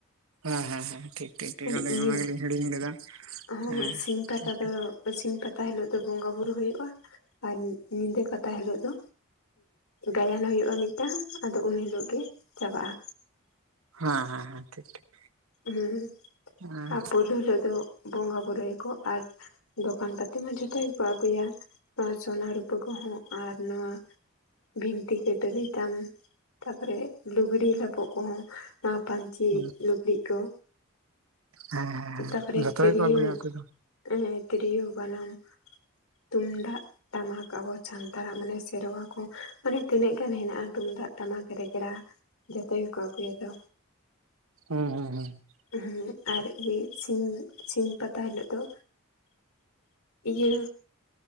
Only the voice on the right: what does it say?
ᱦᱮᱸ ᱦᱮᱸ ᱦᱮᱸ ᱴᱷᱤᱠ ᱴᱷᱤᱠ ᱴᱷᱤᱠ
ᱟᱞᱤᱧ ᱚᱱᱟ ᱜᱮᱞᱤᱧ ᱦᱤᱲᱤᱧ ᱞᱮᱫᱟ
ᱦᱮᱸ
ᱴᱷᱤᱠ ᱴᱷᱤᱠ,
ᱦᱮᱸ ᱦᱮᱸ ᱦᱮᱸ ᱴᱷᱤᱠ ᱴᱷᱤᱠ,
ᱦᱮᱸ
ᱦᱮᱸ
ᱦᱮᱸ
ᱡᱚᱛᱚ
ᱜᱮᱠᱚ ᱟᱹᱜᱩᱭᱟ ᱟᱹᱜᱩ ᱫᱚ
ᱦᱩᱸ ᱦᱩᱸ ᱦᱩᱸ